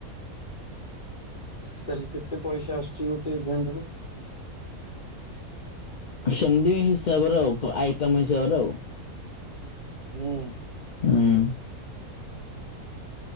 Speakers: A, on the left; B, on the left.
A: ତାହେଲେ କେତେ ପଇସା ଆସୁଛି ଗୋଟେ ଇଭେଣ୍ଟ ରୁ?
B: ସେମିତି ହିସାବରେ ଆଉ ଆଇଟମ ହିସାବରେ ଆଉ।
A: ହୁଁ।
B: ହୁଁ।